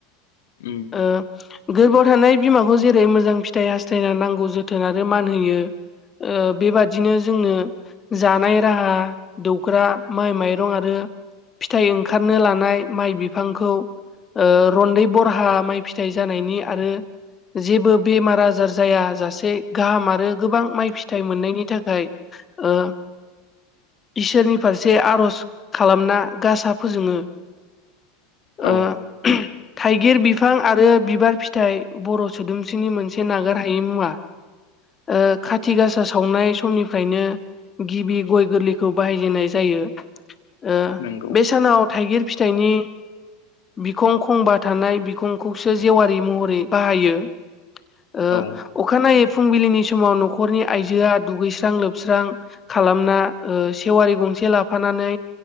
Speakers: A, on the left (about 75°); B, on the left (about 25°).
A: उम
B: ओ गोरबोआव थानाय बिमाखौ जेरै मोजां फिथाइ हास्थायना नांगौ जोथोन आरो मान होयो ओ बेबादिनो जोंनो जानाय राहा दौग्रा माइ माइरं आरो फिथाइ ओंखारनो लानाय माइ बिफांखौ ओ रन्दै बरहा माइ फिथाइ जानायनि आरो जेबो बेमार आजार जाया जासे गाहाम आरो गोबां माइ फिथाइ मोननायनि थाखाय ओ इसोरनि फारसे आर'ज खालामना गासा फोजोङो
A: औ
B: ओ थाइगिर बिफां आरो बिबार फिथाइ बर' सोदोमस्रिनि मोनसे नागार हायै मुवा। ओ खाथि गासा सावनाय समनिफ्रायनो गिबि गय गोरलैखौ बाहायजेननाय जायो। ओ
A: नंगौ
B: बे सानाव थाइगिर फिथाइनि बिखं खंबा थानाय बिखंखौसो जेवारि महरै बाहायो। ओ
A: औ
B: अखानायै फुंबिलिनि समाव नखरनि आइजोआ दुगैस्रां लोबस्रां खालामना ओ जेवारि गंसे लाफानानै